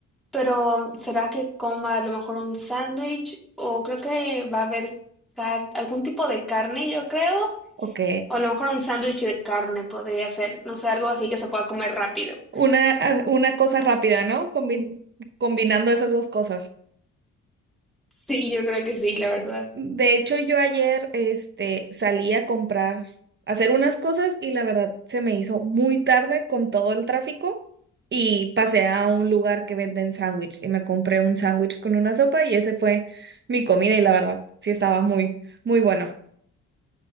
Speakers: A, in the centre; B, on the right.
A: Pero ¿será que coma a lo mejor un sándwich? O creo que va a haber car- algún tipo de carne, yo creo.
B: ok.
A: O a lo mejor un sándwich de carne podría ser. No sé, algo así que se pueda comer rápido.
B: Una, ah, una cosa rápida, ¿no? Combi- combinando esas dos cosas.
A: Sí, yo creo que sí, la verdad.
B: De hecho, yo ayer este, salí a comprar, a hacer unas cosas y la verdad se me hizo muy tarde con todo el tráfico y pasé a un lugar que venden sándwich y me compré un sándwich con una sopa y ese fue mi comida y la verdad sí estaba muy, muy bueno.